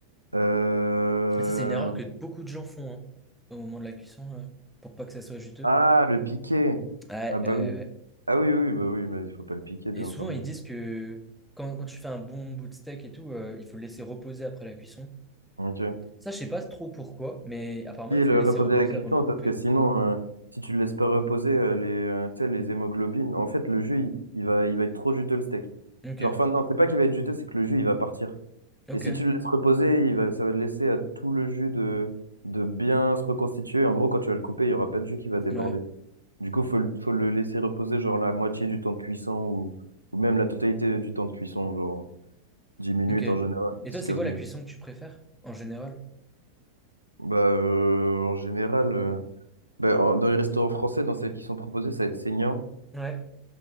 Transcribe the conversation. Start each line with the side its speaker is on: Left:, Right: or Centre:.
Right: Euh,
Centre: Et ça, c'est une erreur que beaucoup de gens font hein, au moment de la cuisson, euh, pour pas que ça soit juteux.
Right: Ah, le piquer
Centre: Ouais,
Right: Ah bah
Centre: ouais, ouais.
Right: oui. Ah oui, oui, bah oui, bah, il faut pas le piquer, bien
Centre: Et souvent,
Right: entendu.
Centre: ils disent que quand, quand tu fais un bon bout de steak et tout, euh, il faut le laisser reposer après la cuisson.
Right: Ok.
Centre: Ça, je sais pas trop pourquoi, mais apparemment,
Right: Et
Centre: il faut
Right: le
Centre: le laisser
Right: reposer
Centre: reposer
Right: à la cuisson,
Centre: avant de le couper.
Right: parce que sinon, euh, si tu le laisses pas reposer, euh, les, euh, tu sais, les hémoglobines, en fait, le jus, il, il va, il va être trop juteux, le steak.
Centre: Ok,
Right: Genre, enfin, non, c'est pas qu'il va être juteux, c'est que le jus, il va partir.
Centre: ok,
Right: Et si tu le laisses reposer, il va, ça va laisser à tout le jus de, de bien se reconstituer. En gros, quand tu vas le couper, il y aura pas de jus qui va déborder.
Centre: ouais,
Right: Du coup, faut, le- faut le laisser reposer genre la moitié du temps de cuisson ou, ou même la totalité du temps de cuisson, genre dix minutes
Centre: ok. Et
Right: en général, 10-15
Centre: toi, c'est quoi
Right: minutes.
Centre: la cuisson que tu préfères en général?
Right: Bah, euh, en général, euh, bah, en- dans les restaurants français, dans celles qui sont proposées, ça va être saignant.
Centre: Ouais.